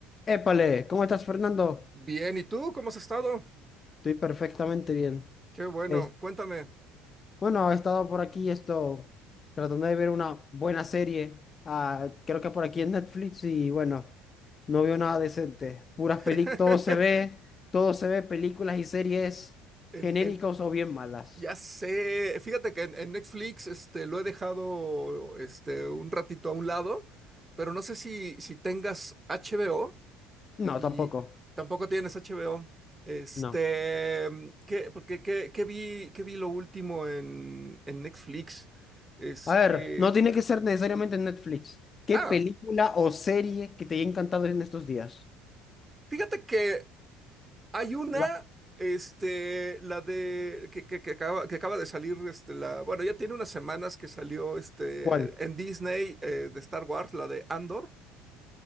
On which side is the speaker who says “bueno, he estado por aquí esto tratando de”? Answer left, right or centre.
Left